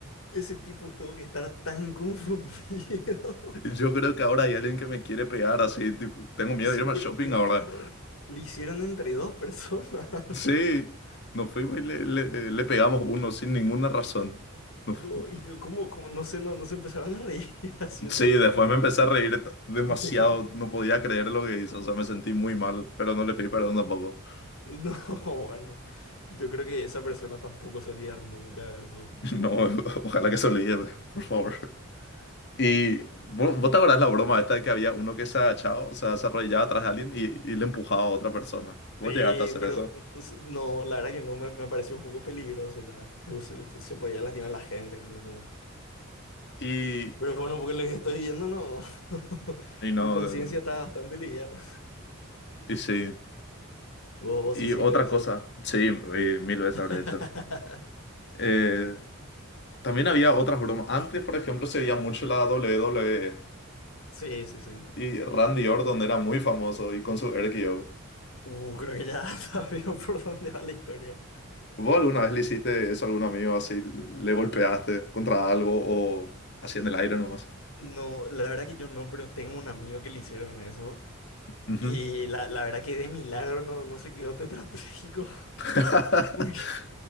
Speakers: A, on the left; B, on the left.
A: qué ese tipo tuvo que estar tan confundido?
B: Yo
A: <laughs>
B: creo que ahora hay alguien que me quiere pegar así. tipo, tengo miedo
A: Y sí,
B: de irme
A: pero,
B: al shopping
A: pero
B: ahora.
A: claro, le hicieron entre dos personas. <laughs>
B: Sí, nos fuimos y le, le- le pegamos uno sin ninguna razón. Nos
A: No,
B: fuimos.
A: y que- cómo, cómo- no sé, no, no se empezaron a reír <laughs> así entre
B: Sí,
A: ustedes.
B: después me empecé a reír t- demasiado.
A: <laughs>
B: No podía creer lo que hizo. O sea, me sentí muy mal, pero no le
A: Yo-
B: pedí perdón tampoco. <laughs>
A: no, bueno, yo creo que esa persona tampoco se olvidar nunca de eso.
B: No, ojalá que se olvide, por favor. Y ¿vo- vos te acordás la broma esta de que había uno que se agachaba, o sea, se arrodillaba atrás de alguien y, y le empujaba a otra persona. Vos
A: Sí,
B: llegaste a hacer
A: pero
B: eso.
A: s- no, la verdad que no, me, me pareció un poco peligroso ya. Se, se- pues, se podía lastimar a la gente con eso.
B: Y,
A: Pero bueno, porque lo que estoy viendo, no. <laughs>
B: y no,
A: Tu conciencia está bastante liviana.
B: y sí.
A: Vos, vos
B: Y
A: hiciste
B: otra
A: eso.
B: cosa, sí, eh, mil veces
A: <laughs>
B: habré hecho. Eh, también había otras bromas. Antes, por ejemplo, se veía mucho la WWE
A: Sí, sí, sí.
B: y Randy Orton era muy famoso y con su RKO.
A: Uh, creo que ya <laughs> sabía por dónde va la historia.
B: ¿Vos alguna vez le hiciste eso a algún amigo así? ¿Le golpeaste contra algo o así en el aire nomás?
A: No, la verdad que yo no, pero tengo un amigo que le hicieron eso.
B: Ujú.
A: Y la, la verdad que de milagro no, no se quedó tetrapléjico.
B: <laughs>
A: <laughs> Porque,